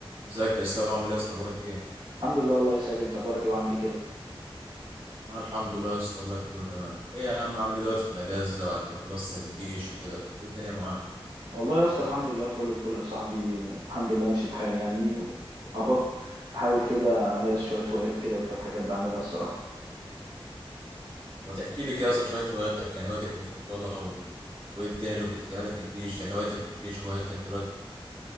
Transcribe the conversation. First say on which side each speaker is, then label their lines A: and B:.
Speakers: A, on the right; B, on the right.
A: ازيك يا اسلام عامل ايه يا اسطى اخبارك ايه
B: الحمد لله والله يا ساجد انت اخبارك ايه وعامل ايه كده
A: انا الحمد لله يا اسطى الله كله تمام ايه يا عم عامل ايه دلوقتي في الاجازه بعد ما خلصت الجيش وكده ايه الدنيا معاك
B: والله يا اسطى الحمد لله فل الفل يا صاحبي الحمد لله ماشي الحال يعني و- اهو بحاول كده امارس شويه هوايات كده وشويه حاجات بعملها الصراحه
A: وما تحكي لي كده يا اسطى شويه هواياتك يعني هواياتك المفضله و... وايه الدنيا اللي كنت بتعملها في الجيش يعني هواياتك في الجيش وهواياتك دلوقتي